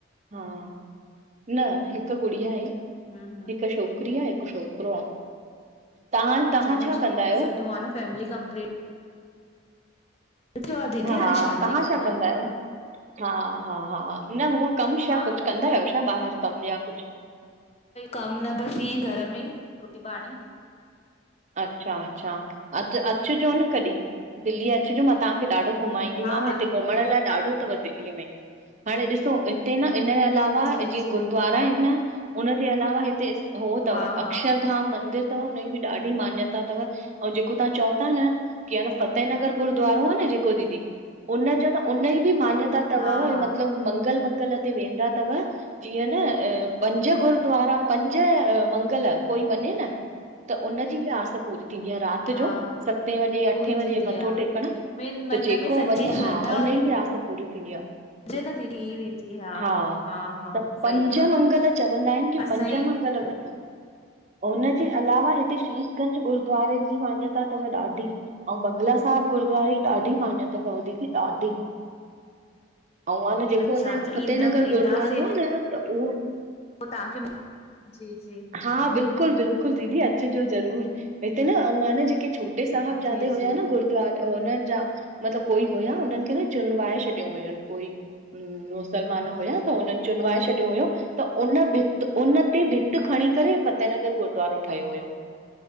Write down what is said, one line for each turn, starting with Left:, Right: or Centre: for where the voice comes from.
Right: हा, न हिक गुड़ीया आहे,
Left: हम्म
Right: हिक छोकिरी आ हिकु छोकरो। तहां
Left: अच्छा
Right: तहां
Left: मुंहिंज
Right: छा कंदा आहियो?
Left: सुठो आहे न फैमिली कंप्लीट। थियो आहे दीदी
Right: हा
Left: हाणे शादीअ
Right: तहां
Left: खे अञा
Right: छा कंदा आहियो? हा हा हा हा, न हूअं कम छा
Left: हा
Right: कुछु कंदा आहियो छा ॿाहिरि कमु या कुछु?
Left: कमु न बस इअईं घर में ई रोटी पाणी।
Right: अच्छा अच्छा, अ अचिजो न कॾी, दिल्ली अचिजो मां तांखे ॾाढो घुमाईंदीमांव,
Left: हा
Right: हिते
Left: हा
Right: घुमण लाइ ॾाढो तव दिल्लीअ में, हाणे ॾिसो हिते न इनयाल अलावा
Left: जी, जी,
Right: जीअं गुरूद्वारा इन न, हुनजे अलावा हिते हो
Left: हा,
Right: तव
Left: हा,
Right: अक्षरधाम मंदिर अथव, हुनजी बि ॾाढी मान्यता तव, अऊं जेको तां चओ ता न कि आ न फतेह नगर गुरूद्वारो आ न जेको दीदी, उनजो न उनजी बी मान्यता मान्यता तव
Left: हा, हा,
Right: मतिलबु, मंगल मंगल ते वेंदा तव जीअं न, अ पंज गुरद्वारा, पंज मंगल कोई वञे न त उनजी बी आस पूरी थींदी आ। राति
Left: हा,
Right: जो सतें बजे
Left: पूरी
Right: अठें
Left: थींदी
Right: बजे मथो
Left: आ।
Right: टेकण,
Left: मेन
Right: त
Left: मन
Right: जेको
Left: में सची
Right: वञे
Left: श्रद्धा
Right: हा, उनजी बी आस पूरी थींदी आ।
Left: हुजे न दीदी थी वेंदी
Right: हा,
Left: हा,
Right: त
Left: सही
Right: पंज
Left: आ
Right: मंगल चवंदा आहिनि। की
Left: असांजी
Right: पंज मंगल वञो।
Left: <inaudible>
Right: हुनजे अलावा हिते शीशगंज गुरुद्वारे जी मान्यता थव ॾाढी। आऊं बंगला साहिब गुरुद्वारे जी ॾाढी मान्यता तव दीदी ॾाढी।
Left: <inaudible>
Right: आऊं आ ने जेको
Left: अच्छा,
Right: असांजो
Left: अच्छा
Right: फतेह
Left: ईंदम
Right: नगर
Left: ईंदासीं
Right: गुरुूद्वारो आ न त हो
Left: पो तव्हांखे, जी जी
Right: हा, बिल्कुलु बिल्कुलु दीदी अचिजो ज़रूर। हिते न एउ जेके छोटे साहिब
Left: जी,
Right: जादे
Left: जी,
Right: हुआ न गु द्वारे हुननि जा मतलबु कोई हुया हुननि खे न चुनवााए छॾियूं हुयून कोई। हूं, मुसलमान हुया त हुननि चुनवााए छॾियो हुयो। त उन भित उन ते भिति खणी करे फ़तेहनगर गुरुद्वारो ठहियो हुयो।